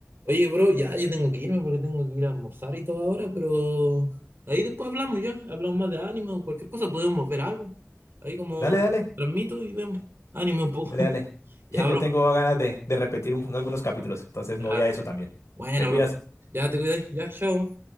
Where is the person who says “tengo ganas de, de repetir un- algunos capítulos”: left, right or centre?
Left